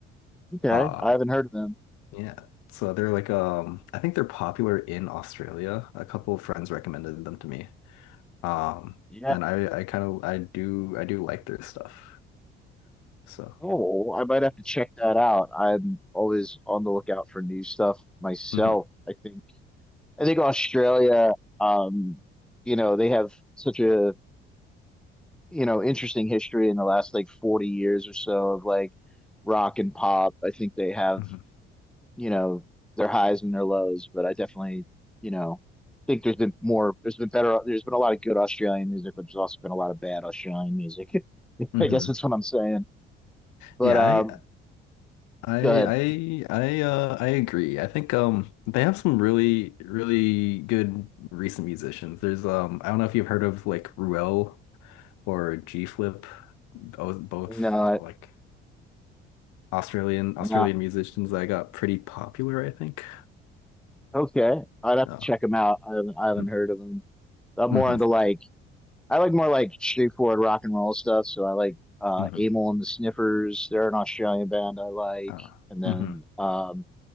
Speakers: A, in the centre; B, on the left.
A: Okay,
B: Uh,
A: I haven't heard of them.
B: yeah. So they're like um, I think they're popular in Australia. A couple of friends recommended them to me. Um,
A: Yeah.
B: and I I kind of I do I do like their stuff. So,
A: Oh, I might have to check that out. I'm always on the lookout for new stuff myself.
B: mm-hmm,
A: I think I think Australia, um, you know, they have such a, you know, interesting history in the last like 40 years or so of like rock and pop. I think they have
B: hmm
A: you know, their highs and their lows, but I definitely, you know, think there's been more, there's been better, there's been a lot of good Australian music, but there's also been a lot of bad Australian music. <laughs>
B: hmm
A: I guess that's what I'm saying. But
B: Yeah,
A: um,
B: I, I,
A: go ahead.
B: I, I, uh, I agree. I think um, they have some really, really good recent musicians. There's um, I don't know if you've heard of like Ruel or G Flip, both, both
A: No, I-
B: like Australian Australian
A: no.
B: musicians that got pretty popular, I think.
A: Okay, I'd have
B: Oh,
A: to check them out. I haven't, I haven't
B: hmm,
A: heard of them. I'm
B: mm-hmm,
A: more into like, I like more like straightforward rock and roll stuff. So I like uh,
B: mm-hmm,
A: Amyl and the Sniffers. They're an Australian band I like.
B: uh,
A: And then
B: mm-hmm,
A: um,